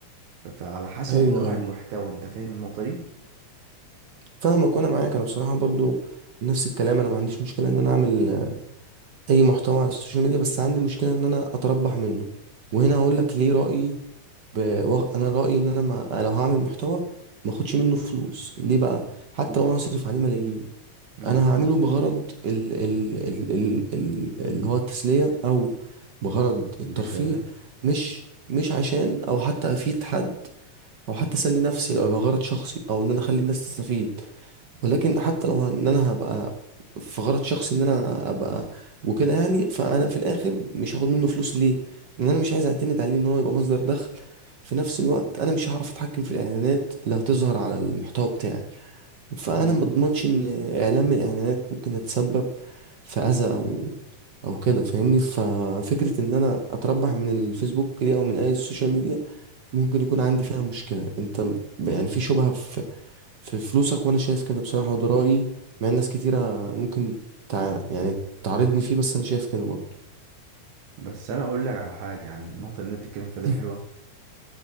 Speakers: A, on the right (about 75°); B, on the right (about 50°).
A: ف- فعلى حسب
B: ايوه
A: نوع
B: ايوه
A: المحتوى انت فاهم النقطة دي
B: فاهمك وانا معاك انا بصراحة برضو نفس الكلام انا ما عنديش مشكلة ان انا اعمل اي محتوى على السوشيال ميديا بس عندي مشكله ان انا اتربح منه وهنا هقول لك ليه رايي ب... و- انا رايي ان انا ما... لو هعمل محتوى ما اخدش منه فلوس ليه بقى حتى
A: مم.
B: لو انا هصرف عليه ملايين
A: مم.
B: انا هعمله بغرض ال... ال... ال... ال... ال... اللي هو التسليه او بغرض
A: اللي
B: الترفيه
A: في ده
B: مش مش عشان او حتى افيد حد او حتى اسلي نفسي لو يبقى غرض شخصي او ان انا اخلي الناس تستفيد ولكن حتى لو ان انا هبقى في غرض شخصي ان انا ابقى وكده يعني فانا في الاخر مش هاخد منه فلوس ليه لان انا مش عايز اعتمد عليه ان هو يبقى مصدر دخل في نفس الوقت انا مش هعرف اتحكم في الاعلانات اللي هتظهر على المحتوى بتاعي فانا
A: مم.
B: ما اضمنش ان اعلان من الاعلانات ممكن يتسبب في اذى او او كده فاهمني ففكرة ان انا اتربح من الفيسبوك دي او من اي سوشيال ميديا ممكن يكون عندي فيها مشكلة انت ال- يعني في شبهة في في فلوسك وانا شايف كده بصراحة وده رأيي مع ان ناس كتيرة ممكن تع... يعني تعارضني فيه بس انا شايف كده برضه
A: بس انا اقول لك على حاجه يعني النقطه اللي انت بتتكلم فيها ده
B: <laughs>
A: حلوه